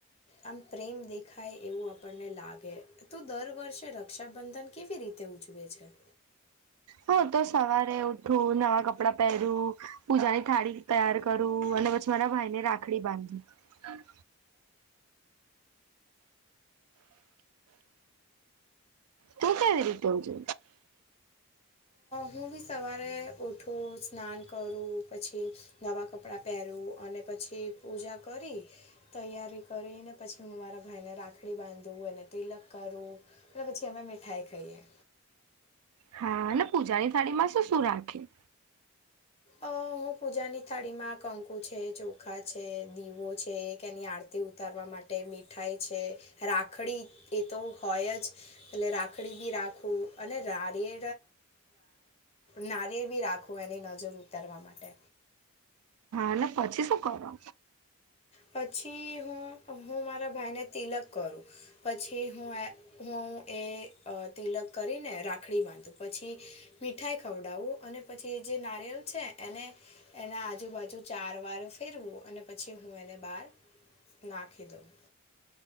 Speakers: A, on the left; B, on the right.
A: આમ પ્રેમ દેખાય એવું આપણને લાગે તું દર વર્ષે રક્ષાબંધન કેવી રીતે ઉજવે છે.
B: હા તો સવારે ઉઠું નવા કપડાં પહેરું પૂજાની થાળી તૈયાર કરું અને પછી મારા ભાઈ ને રાખડી બાંધી હમ તોતા ર રતો જો
A: હું બી સવારે ઉઠું સ્નાન કરું પછી નવા કપડાં પહેરું અને પછી પૂજા કરી તૈયારી કરીને પછી હું મારા ભાઈને રાખડી બાંધું અને તિલક કરું એ પછી અમે મીઠાઈ ખાઈએ
B: હા અને પૂજાની થાળી માં શું શું રાખે
A: અ હું પૂજાની થાળી માં કંકુ છે ચોખા છે દીવો છે કે એની આરતી થી ઉતારવા માટે મીઠાઈ છે રાખડી એ તો હોય જ એટલે રાખડી બી રાખવું અને રારી નારીય બી રાખું એની નજર ઉતારવા માટે
B: એટલે પછી શું કરો
A: પછી હું હું મારા ભાઈને તિલક કરું પછી હું હું એ તિલક કરીને રાખડી બાંધુ પછી મીઠાઈ ખવડાવું અને પછી જે નારિયલ છે એને એના આજુબાજુ ચાર વાર ફેરવું અને પછી હુ એને બહાર નાખી દઉં